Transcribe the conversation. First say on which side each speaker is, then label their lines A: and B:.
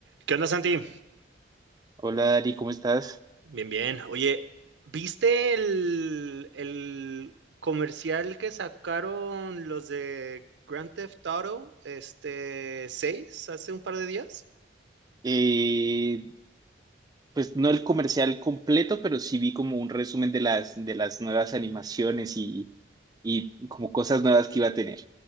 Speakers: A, on the right; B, on the right.
A: ¿Qué onda, Santi?
B: Hola Dari, ¿cómo estás?
A: Bien, bien. Oye, ¿viste el, el comercial que sacaron los de Grand Theft Auto este 6, hace un par de días?
B: Eh, pues no el comercial completo, pero sí vi como un resumen de las, de las nuevas animaciones y, y como cosas nuevas que iba a tener.